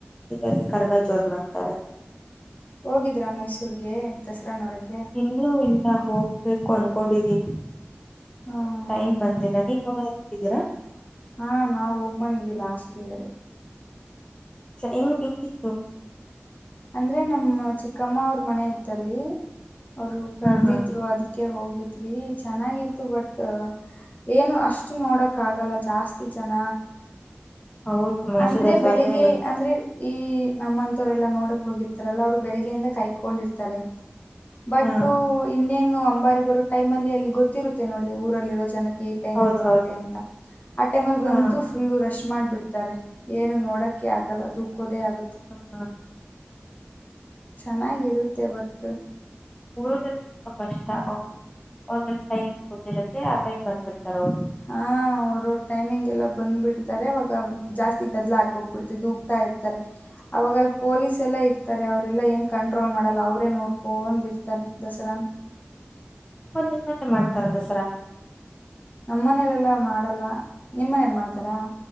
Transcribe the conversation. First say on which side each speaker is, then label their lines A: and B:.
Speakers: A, on the left (about 20°); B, on the left (about 40°).
A: ಎಲ್ಲಿ ಕರ್ಗ ಜೋರ್ ಮಾಡ್ತಾರೆ
B: ಹೋಗಿದ್ರಾ ಮೈಸೂರ್ಗೆ ದಸರಾ ನೋಡಕ
A: ಇಲ್ಲೂ ಇಲ್ಲ ಹೋಗ್ಬೇಕು ಅನ್ಕೊಂಡಿದ್ದೀವಿ
B: ಹ್ಮ
A: ಟೈಮ್ ಬಂದಿಲ್ಲ ನೀವ ಹೋಗೋದ ಹಕಿದ್ದೀರಾ
B: ಹಾ ನಾವು ಹೋಗಿ ಬಂದ್ವಿ ಲಾಸ್ಟ್ ಇಯರ್
A: ಎಂಗ್ ಹೆಂಗಿತ್ತು
B: ಅಂದ್ರೆ ನಮ್ಮ ಚಿಕ್ಕಮ್ಮ ಅವ್ರ ಮನೆ ಇತ್ತಲ್ಲಿ ಅವರು ಕರೆದಿದ್ರು
A: ಹಾ ಹಾ
B: ಅದಕ್ಕೆ ಹೋಗಿದ್ವಿ ಚೆನ್ನಾಗಿತ್ತು ಬಟ್ ಏನು ಅಷ್ಟು ನೋಡಕ್ಕಗಲ್ಲ ಜಾಸ್ತಿ ಜನ
A: ಹೌದು ಮೈಸೂರು
B: ಅಂದ್ರೆ
A: ದಸರಾ
B: ಬೆಳಿಗ್ಗೆ
A: ಎಲ್ಲ-
B: ಅಂದ್ರೆ ಈ ನಮ್ಮಂತವರೆಲ್ಲಾ ನೋಡಕ್ ಹೋಗಿರ್ತಾರಲ್ಲ ಅವ್ರು ಬೆಳಿಗ್ಯಿಂದ ಕಾಯ್ಕೊಂಡಿರ್ತಾರೆ ಬಟ್
A: ಹಾ
B: ಇನ್ನೇನು ಅಂಬಾರಿ ಬರೋ ಟೈಮ್ ಅಲ್ಲಿ ಅಲ್ಲಿ ಗೊತ್ತಿರುತ್ತೆ ನೋಡಿ ಊರಲ್ಲಿರೋ ಜನಕ್ಕೆ ಟೈಮಿಗೆ
A: ಹೌದು
B: ಬರುತ್ತೆ
A: ಹೌದು
B: ಅಂತ ಆ ಟೈಮಲ್ಲಿ
A: ಹಾ
B: ಬಂದು ಫುಲ್ಲ ರಶ್ ಮಾಡ್ಬಿಡ್ತಾರೆ ಏನು ನೋಡಕ್ಕೆ ಆಗಲ್ಲ ದುಃಖೋದೇ ಆಗುತ್ತ
A: ಹ ಹಾ
B: ಚೆನ್ನಾಗಿರುತ್ತೆ ಬಟ್ಟು
A: ಉಳಿದ ಕಷ್ಟ ಅವಲ್ಲಿ ಟೈಮ್ ಗೊತ್ತಿರುತ್ತೆ ಆ ಟೈಮ್ ಬಂದ್ಬಿಡ್ತಾರೆ ಅವ್ರು <unintelligible>
B: ಹಾ ಅವ್ರವರು ಟೈಮಿಂಗ್ ಎಲ್ಲ ಬಂದ್ಬಿಡ್ತಾರೆ ಅವವಾಗ ಜಾಸ್ತಿ ಗದ್ಲ ಆಗ್ ಹೋಗ್ಬಿಡ್ತ ದೂಕ್ತಾ ಇರ್ತಾರೆ ಅವಾಗಲ್ಲಿ ಪೊಲೀಸ್ ಎಲ್ಲ ಇರ್ತಾರೆ ಅವರೆಲ್ಲ ಏನು ಕಂಟ್ರೋಲ್ ಮಾಡಲ್ಲ ಅವರೇ ನೋಡ್ಕೊಂಡೊಂಡ ಇರ್ತಾರೆ ದಸರಾ <inaudible>
A: ಒಂದಿನ ಮಲ್ಲೆ ಮಾಡ್ತಾರ ದಸರಾ
B: ನಮ್ಮ ಮನೇಲೆಲ್ಲಾ ಮಾಡಲ್ಲ ನಿಮ್ಮನೇಲಿ ಮಾಡ್ತಾರಾ